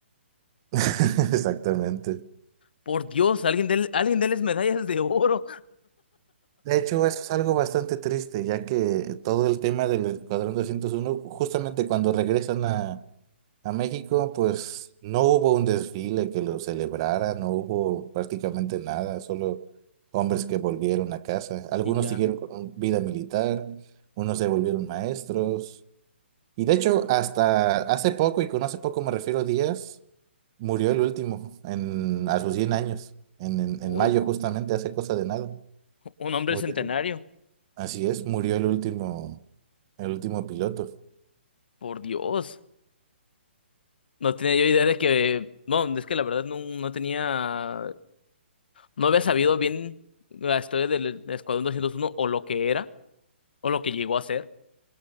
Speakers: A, on the right; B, on the left.
A: <laughs> Exactamente.
B: Por Dios, alguien de, alguien déles medallas de oro.
A: De hecho, eso es algo bastante triste, ya que todo el tema del Escuadrón doscientos uno justamente cuando regresan a, a México, pues no hubo un desfile que lo celebrara, no hubo prácticamente nada, solo hombres que volvieron a casa. Algunos
B: Y ya.
A: siguieron con un- vida militar, unos se volvieron maestros, Y de hecho, hasta hace poco, y con hace poco me refiero a días, murió el último en, a sus 100 años, en, en,
B: Uy.
A: en mayo justamente, hace cosa de nada.
B: Un hombre
A: Murió-
B: centenario,
A: Así es, murió el último, el último piloto.
B: por Dios. No tenía yo idea de que, no, es que la verdad no, no tenía, no había sabido bien la historia del Escuadrón 201 o lo que era, o lo que llegó a ser,